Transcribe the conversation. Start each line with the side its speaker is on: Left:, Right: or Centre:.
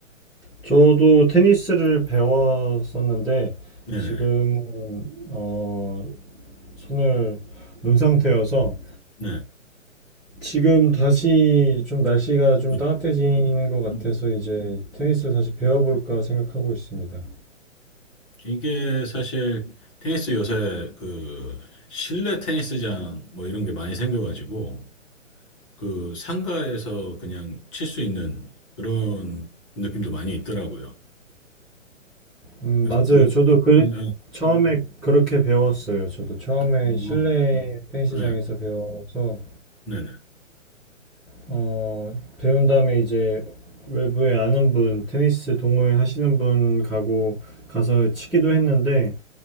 Centre: 저도 테니스를 배웠었는데
Left: 네네,
Centre: 지금 어 손을 놓은 상태여서
Left: 네.
Centre: 지금 다시 좀 날씨가 좀
Left: 음,
Centre: 따뜻해지는 것 같아서
Left: 음.
Centre: 이제 테니스를 다시 배워볼까 생각하고 있습니다.
Left: 이게 사실 테니스 요새 그 실내 테니스장 뭐 이런 게 많이 생겨가지고, 그 상가에서 그냥 칠 수 있는 그런 느낌도 많이 있더라고요.
Centre: 음,
Left: 그래서
Centre: 맞아요.
Left: 물,
Centre: 저도 그
Left: 음,
Centre: 처음에 그렇게 배웠어요. 저도 처음에
Left: 음,
Centre: 실내
Left: 어,
Centre: 테니스장에서
Left: 네,
Centre: 배워서
Left: 네, 네.
Centre: 어, 배운 다음에 이제 외부에 아는 분, 테니스 동호회 하시는 분 가고 가서 치기도 했는데